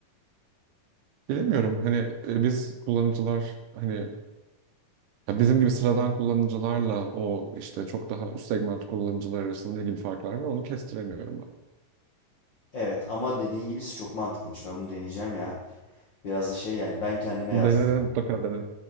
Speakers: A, on the right; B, on the left.
A: Bilemiyorum hani e, biz kullanıcılar hani ya bizim gibi sıradan kullanıcılarla o işte çok daha üst segment kullanıcılar arasında ne gibi farklar var onu kestiremiyorum
B: Evet ama dediğin gibisi çok mantıklıymış. Ben bunu deneyeceğim ya. Biraz da şey yani ben kendime
A: ben.
B: yazdırayım.
A: Dene dene mutlaka dene.